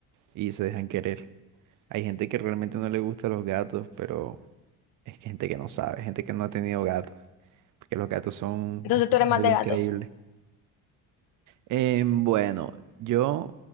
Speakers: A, on the right (about 55°); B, on the left (about 75°).
A: y se dejan querer. Hay gente que realmente no le gusta los gatos, pero es que gente que no sabe, gente que no ha tenido gatos, porque los gatos son
B: Entonces
A: uh,
B: tú eres más
A: algo
B: de
A: increíble.
B: gato.
A: Eh, bueno, yo